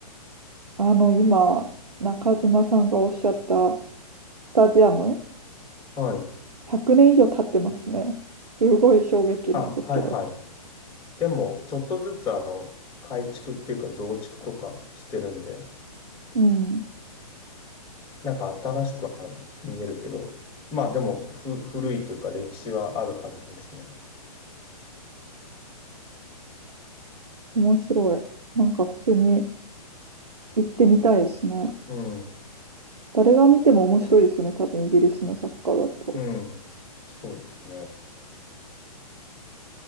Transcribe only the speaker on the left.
はい。
あ、はいはい。でも、ちょっとずつ、あの、改築っていうか増築とかしてるんで、
なんか新しくは見えるけど、まあでも、ふ、古いというか歴史はあるはずですね。
うん、
うん。そうですね。